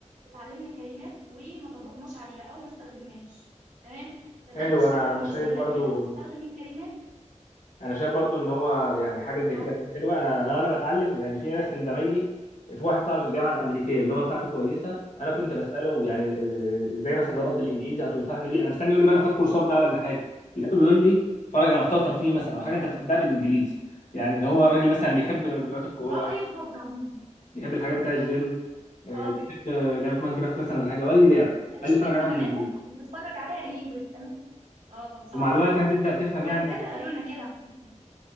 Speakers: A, on the right; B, on the left.
A: اتعلمنا كلمات وما طبقناش عليها او ما استخدمناهاش تمام فده
B: حلو
A: مشكله
B: انا
A: بالنسبه
B: انا شايف
A: لنا
B: برضو
A: ان احنا بنستخدم الكلمات
B: انا شايف برضو ان هو يعني حاجه زي
A: اه
B: كده تكون حلوه انا انا وانا بتعلم يعني في ناس من زمايلي في واحد صاحبي في الجامعه الامريكيه اللغه بتاعته كويسه انا كنت بساله يعني آه، ازاي مثلا
A: مهم.
B: ظبطت الانجليزي او تنصحني بيه انا مستني يقول لي بقى انا خدت كورسات بقى ولا حاجه لقيته بيقول لي اتفرج على محتوى ترفيهي مثلا او حاجه
A: لا
B: انت بتحبها
A: أنا-
B: بالانجليزي يعني هو الراجل مثلا بيحب فيديوهات الكوره
A: اه اي لفظ عموما
B: بيحب الحاجات بتاع الجيم آه،
A: اه
B: بيحب آه، لعبه ماينكرافت مثلا ولا حاجه او اي لعبه
A: هتشوف
B: قال لي اتفرج
A: اهتماماتك
B: عليها بالانجليزي
A: وبتتفرج عليها ان انجلش تمام اه صح
B: ومع الوقت هتبدا تفهم
A: هو
B: يعني
A: الدكاتره قالوا لنا كده على فكره